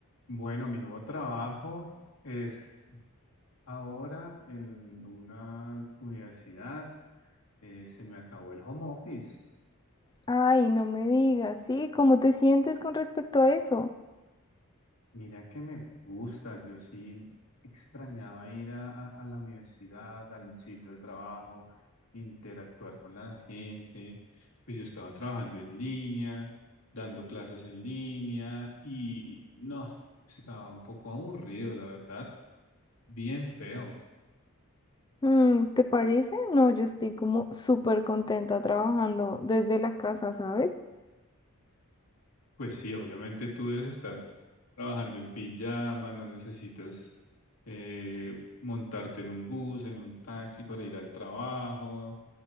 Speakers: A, on the left; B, on the left.
A: Bueno, mi nuevo trabajo es ahora en una universidad. Eh, se me acabó el home office.
B: Ay, no me digas, ¿sí? ¿Cómo te sientes con respecto a eso?
A: Mira que me gusta. Yo sí extrañaba ir a, a- a la universidad, al sitio de trabajo, interactuar con la gente. Pues yo estaba trabajando en línea, dando clases en línea y no, estaba un poco aburrido, la verdad, bien feo.
B: Mm, ¿te parece? No, yo estoy como súper contenta trabajando desde la casa, ¿sabes?
A: Pues sí, obviamente tú debes estar trabajando en pijama, no necesitas eh, montarte en un bus, en un taxi para ir al trabajo.